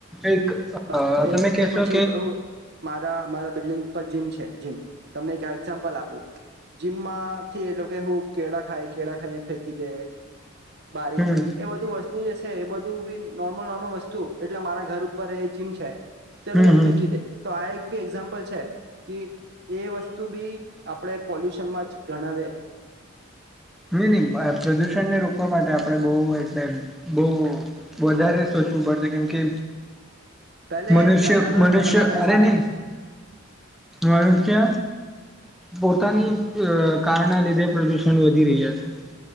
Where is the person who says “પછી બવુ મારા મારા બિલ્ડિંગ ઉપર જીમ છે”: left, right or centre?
Right